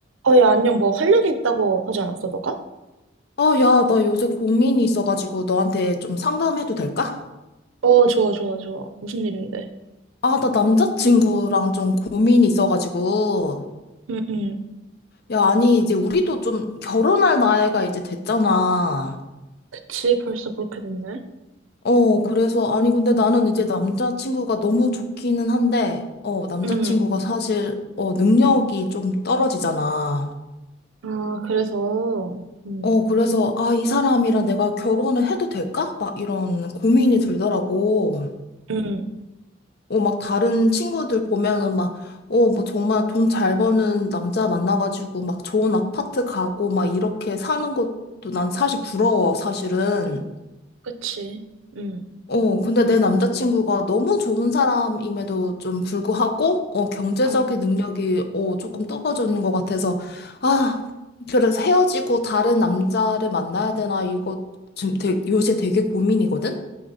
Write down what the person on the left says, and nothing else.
아, 야, 나 요새 고민이 있어가지고 너한테 좀 상담해도 될까?
아, 나 남자친구랑 좀 고민이 있어가지고.
야, 아니, 이제 우리도 좀 결혼할 나이가 이제 됐잖아.
어, 그래서, 아니, 근데 나는 이제 남자친구가 너무 좋기는 한데, 어, 남자친구가
사실, 어, 능력이 좀 떨어지잖아.
어,
그래서, 아, 이 사람이랑 내가 결혼을 해도 될까? 막 이런 고민이 들더라고.
어, 막 다른 친구들 보면은 막, 어, 뭐 정말 돈 잘 버는 남자 만나가지고 막 좋은 아파트 가고 막 이렇게 사는 것도 난 사실 부러워, 사실은.
어, 근데 내 남자친구가 너무 좋은 사람임에도 좀 불구하고, 어, 경제적인
능력이, 어, 조금 떨어지는 것 같아서, 아, 그래서 헤어지고 다른 남자를 만나야 되나, 이거 지금 되, 요새 되게 고민이거든?